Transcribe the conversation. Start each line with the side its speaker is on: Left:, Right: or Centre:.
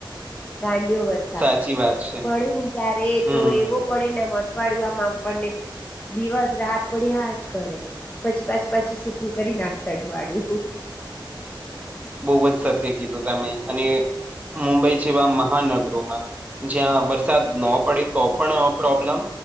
Left: ગાંડિયો વરસાદ
Right: સાચી વાત છે
Left: પડે ને ત્યારે
Right: હમ
Left: તો એવો પડેને આ મઠવાડ ગમાં આપને દિવસ રાત પડ્યા જ કરે પછી પાછું પાછું સૂકું કરી નાખતા અઠવાડિું
Right: બહ જ સત્ય કીધું તમે અને મુંબઈ જેવા મહાનગર જ્યાં વરસાદ ન પડે તો પણ પ્રોબ્લમ